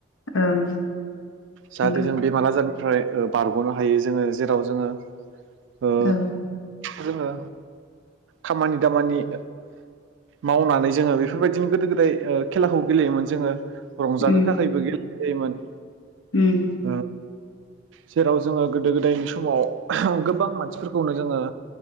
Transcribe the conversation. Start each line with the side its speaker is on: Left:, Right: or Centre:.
Left: ओं
Right: जाहाथे
Left: नंगौ
Right: जों बेमार आजारनिफ्राय ओ बारग'नो हायो जोङो जेराव जोङो ओ
Left: औ
Right: जोङो खामानि दामानि मावनानै जोङो बेफोरबायदिनो गोदो गोदाय खेलाखौ गेलेयोमोन जोङो रंजानो
Left: उम
Right: थाखायबो गेलेयोमोन
Left: उम
Right: अ जेराव जोङो गोदो गोदायनि समाव गोबां मानसिफोरखौनो जोङो